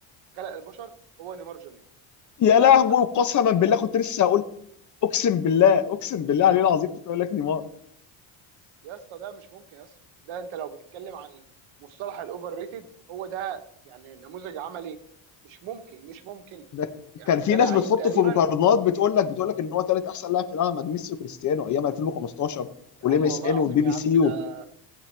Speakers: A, on the right (about 75°); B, on the left (about 40°).
A: خلق البشر هو نيمار جونيور
B: يا
A: ده
B: لهوي
A: أك...
B: قسما بالله كنت لسه هقول اقسم بالله اقسم بالله عليه العظيم كنت اقول لك نيمار
A: يا اسطى ده مش ممكن يا اسطى ده انت لو بتتكلم عن مصطلح الاوفر ريتد هو ده يعني نموذج عملي مش ممكن مش ممكن
B: ده
A: يعني
B: كان في
A: ده
B: ناس
A: لعيب
B: بتحطه
A: تقريبا
B: في مقارنات بتقول لك بتقول لك ان هو ثالث احسن لاعب في العالم بعد ميسي وكريستيانو ايام 2015
A: يا
B: والام
A: عم
B: اس
A: والله
B: ان
A: العظيم
B: والبي بي
A: يا عم
B: سي
A: ده